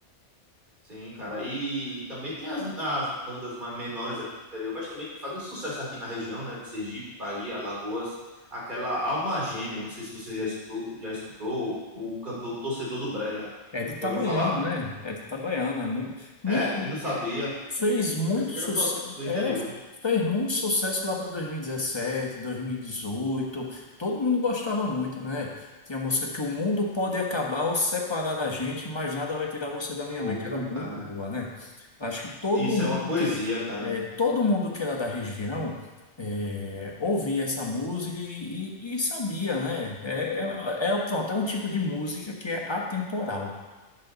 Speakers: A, on the right; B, on the left.
A: Sim, cara, e também tem as, as bandas mais menores aqui do interior, mas também que fazem sucesso aqui na região, né, de Sergipe, Bahia, Alagoas, aquela Alma Gêmea, não sei se você já escutou, já escutou o cantor Torcedor do Brega,
B: É de Itabaiana,
A: já ouviu falar?
B: né? É de Itabaiana, é mu- muito,
A: É? Eu não sabia,
B: Fez muito
A: eu pensei que
B: sucesso,
A: era só do
B: é,
A: interior.
B: fez muito sucesso lá para 2017, 2018. Todo mundo gostava muito, né? Tinha a música que o mundo pode acabar ou separar a gente, mas nada vai tirar você da minha
A: Pô,
B: mente. Era muito
A: cara,
B: boa, né? Acho que todo
A: isso
B: mundo
A: é uma poesia,
B: que
A: cara.
B: é, todo mundo que era da região é, ouvia essa música e, e- e sabia, né? É, é, é, pronto, é um tipo de música que é atemporal.